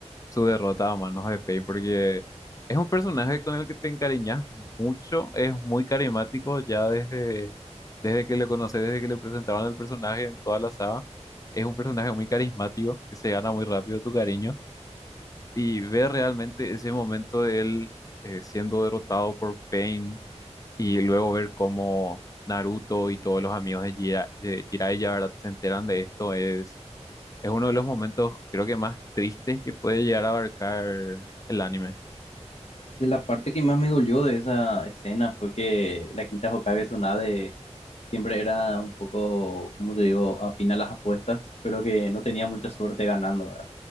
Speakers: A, on the left; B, on the left.
A: su derrota a manos de Pain porque es un personaje con el que te encariñas mucho, es muy carismático ya desde, desde que lo conoces, desde que le presentaban el personaje en toda la saga. Es un personaje muy carismático que se gana muy rápido tu cariño y ver realmente ese momento de él eh, siendo derrotado por Pain y luego ver cómo Naruto y todos los amigos de, Jira- de Jiraiya, ¿verdad? se enteran de esto es es uno de los momentos, creo que más tristes que puede llegar a abarcar el anime.
B: De la parte que más me dolió de esa escena fue que la quinta Hokage Tsunade siempre era un poco, como te digo, afín a las apuestas, pero que no tenía mucha suerte ganando, ¿verdad?